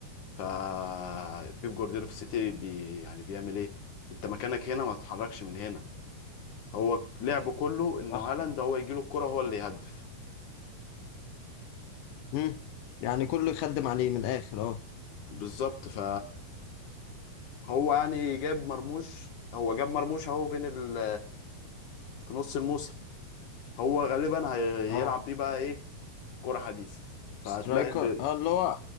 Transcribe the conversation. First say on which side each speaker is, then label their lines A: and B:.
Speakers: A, on the left; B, on the left.
A: فبيب جوارديولا في السيتي بي يعني بيعمل ايه انت مكانك هنا ما تتحركش من هنا هو لعبه كله انه
B: صح
A: هالاند هو يجيله الكرة هو اللي يهدف
B: مم. يعني كله يخدم عليه من الآخر اه
A: بالظبط ف هو يعني جاب مرموش هو جاب مرموش اهو بين ال في نص الموسم هو غالبا هيلعب
B: اه
A: بيه بقى ايه كرة حديثة فهتلاقي
B: سترايكر
A: ال-
B: اه اللي هو